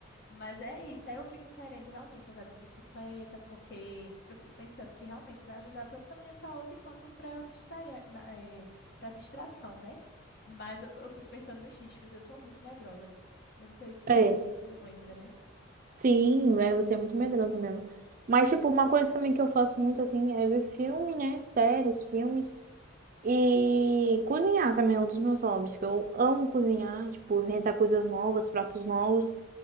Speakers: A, on the left; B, on the right.
A: mas é isso. Aí eu fico querendo realmente andar de bicicleta, porque eu fico pensando que realmente vai ajudar tanto na minha saúde quanto para eu distrair, para distração, né? Mas eu, eu fico pensando nos riscos, eu sou muito medrosa. Não sei se tu,
B: É,
A: tu lembra, né?
B: sim, é, você é muito medroso mesmo. Mas, tipo, uma coisa também que eu faço muito, assim, é ver filme, né? Séries, filmes. E cozinhar também é um dos meus hobbies, que eu amo cozinhar, tipo, inventar coisas novas, pratos novos.